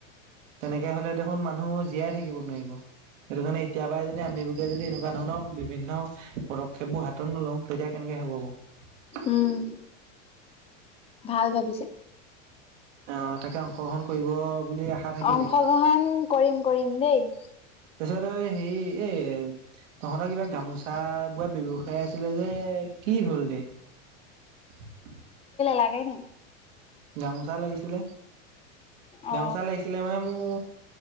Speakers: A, on the right; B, on the left.
A: তেনেকে হলে দেখোন মানুহ জীয়াই থাকিব নোৱাৰিব সেইটো কাৰণে এতিয়া পাই যদি আমি বোকে যদি এনেকুৱা ধৰণৰ বিভিন্ন পদক্ষেপ বোৰ হাতত নলওঁ তেতিয়া কেনেকে হব ক
B: উম ভাল ভাবিছে
A: অ তাকে অংশগ্ৰহণ কৰিব বুলি আশা থাকিলে
B: অংশগ্ৰহণ কৰিম কৰিম দেই
A: এ সেই এই তহঁতৰ কিবা গামোচা বোৱা ব্যৱসায় আছিলে যে কি হল দে <unintelligible>
B: লাগে নে
A: গামোচা লাগিছিলে
B: অ
A: গামোচা লাগিছিলে মানে মোৰ